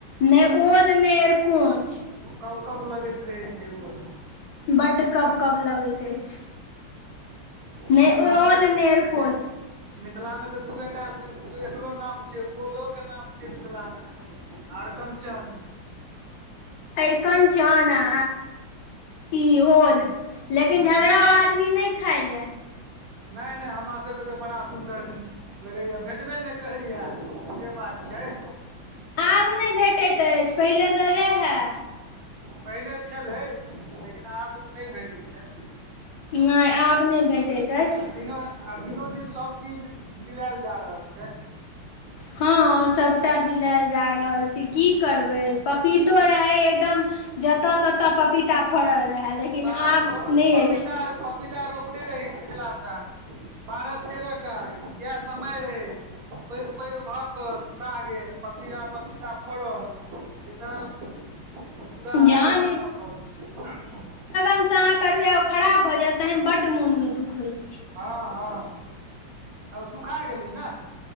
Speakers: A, on the left; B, on the right.
A: नहि ओल नहि एरकोंच।
B: कब-कब लगैत रहैय छैय ओल।
A: बड्ड कब कब लगैत अइछ, नै
B: मिथिलाञ्चल
A: ओल नै एरकोंच।
B: मे मिथिलामे त दुइए टा नै एकरो नाम छैय ओलोकेँ नाम छैय मिथिलामे। आरकनचन।
A: अरिकनचन आ इ ओल लेकिन
B: ह
A: झगड़ाउ आदमी नै खाइये।
B: नै-नै हमरासभकेँ त बड़ा सुन्दर लगैए भेटबे नै करैए से बात छैय।
A: आब नै भेटैत अइछ पहिले त रहैय।
B: पहिले छलैय लेकिन आब नै भेटैय छैय।
A: नहि आब नहि भेटैत अछि
B: आब दिनोदिन सब चीज बिलायल जा रहल छैय।
A: हँ, सभटा बिलायल जा रहल छैय की करबैय पपीतो रहैय एकदम जत-तत पपीता फड़ल रहैय लेकिन
B: बाह,
A: आब नहि
B: पपीता
A: अछि
B: आर पपीता रोपने रहियै पिछला साल, बारह-तेरह टा एह समय रहैय पैघ-पैघ भ क सुखा गेल, पपीड़ा-पपीता फड़ल। एकदम पूरा
A: जहन
B: अहाँके खतम भ गेल।
A: नीक सँ अहाँ करबै आ ओ खराब भ जायत तहन बड्ड मोनमे दुःख होय छैय।
B: हँ-हँ। ओ सुखा गेलैय न।